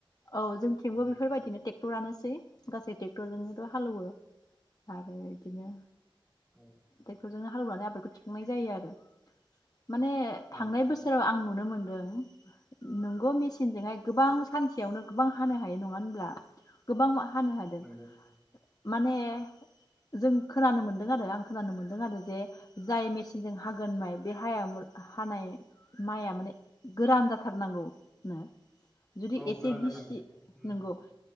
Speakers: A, on the left; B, in the centre.
A: औ जोंथिंबो
B: उम
A: बेफोरबायदिनो टेक्टरानोसै गासै टेक्टरजोंनोथ' हालेवो आरो इदिनो
B: औ
A: टेक्टर जोंनो हालेवनानै आबादखौ थिखांनाय जायो आरो माने थांनाय
B: औ
A: बोसोर आं नुनो मोनदों नोंगौ मेसिनजोंहाय गोबां सानसेयावनो गोबां हानो हायो नङा होनब्ला गोबां हानो हादों
B: नंगौ
A: माने जों खोनानो मोनदों आरो आं खोनानो मोन्दों आरो जे जाय मेसिनजों हागोन माइ बे हाया हानाय माइआ माने गोरान जाथारनांगौनो जुदि
B: औ
A: एसे
B: गोरान
A: गिसि
B: जानांगौ उम
A: नंगौ